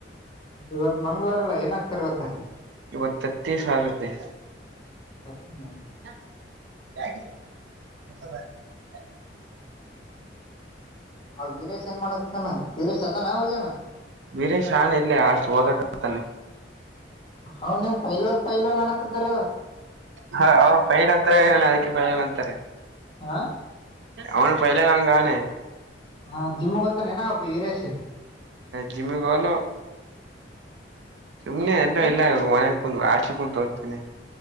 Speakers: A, on the left; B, on the right.
A: ಇವತ್ತು ಮಂಗಳವಾರಲ್ಲ ಏನ ಹಾಕ್ತಾರಾ ಇವತ್ತು
B: ಇವತ್ತ ತತ್ತಿ ಸಾರಾಯ್ತಿ.
A: ಸತ್ತಿನ
B: <unintelligible>
A: ವೀರೇಶ್ ಏನ್ ಮಾಡಕತನ ವೀರೇಶ್ ಅದಾನ ಹೋಗ್ಯಾನ್
B: ವೀರೇಶ್ ಶಾನೆ ಇದ್ನ ಅಷ್ಟು ಓದಕತಾನೆ
A: ಅವನೇನ್ ಪೈಲ್ವನ್ ಪೈಲ್ವನ್ ಅನಕತಾರ
B: ಹ ಪೈಲ್ ಅಂತರ ಏನ ಅದಕ್ಕೆ ಪೈಲ್ ಅಂತಾರೆ
A: ಹಾ
B: ಅವನ ಪೈಲಾ ನಂಗಗಾನೆ
A: ಹಾ ಜಿಮ್ಗ್ ಹೋತಾನೇನ ಅವನ್ ವೀರೇಶ್
B: ಜಿಮ್ಮಿಗೆ ಹೋಗಲ್ಲ ಸುಮ್ನೆ ಎಲ್ಲ ಇಲ್ಲ ಮನೆ ಕುಂತ ಹಾಸ್ಟೆಲ್ ಕುಂತ ಓದತಿನಿ